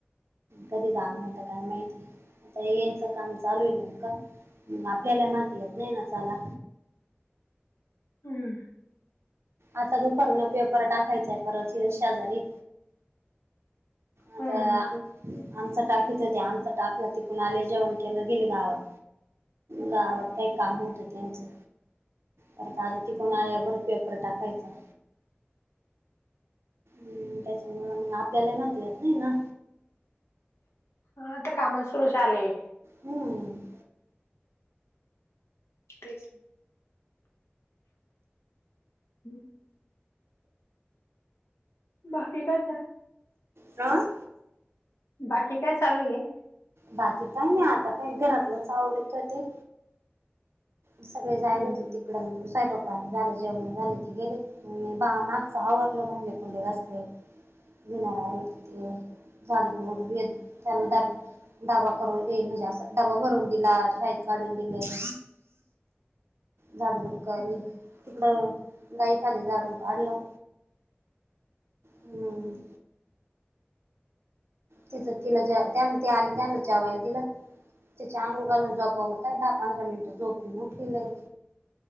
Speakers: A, on the right; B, on the left.
A: कधी जाण होत काय माहिती आता येचं काम चालू आहे न का आपल्याला माात येत नाही ना चाला
B: हम्म
A: आता दुपारन पेपर टाकायचाय परत ह शेजारी आता
B: हम्म
A: आमच टाकीत होते आमच टाकलं त कणा आले जेवण केलं गेले गावात गावात काही काम होतं त्याचं पर दादा टिकून आल्यावरर पेपर टाकायचा हम्म त्याच्यामु मग आपल्याला नेत नाही ना
B: हा आता काम सुरु झालेय
A: हम्म
B: तेच ह् बाकी काच आहे
A: ह
B: बाकी काय चालू आहे
A: बाकी काही नाही आता काही घरातलंच आवरत होते सगळे जायले
B: हम्म
A: होते तिकडं साईबापानी झालं जेवण झाले ते गेले बा मागचा आवरलं. भांडी कांडी घासली बन रायल कती झाड बड त्यां <unintelligible> डबा करून येईल म्हजे अस डबा भरून दिला शाहीद काढून दिलं झाड बडकली
B: हम्म
A: तिकड गाईक आले झाड उ काडलं हम्म तिच तिला त्याना ते आले त्यांना चवाल तिला चांगू घालून जोपवलं काय दहा पंधरा मिनिटं झोपलीटली लगेच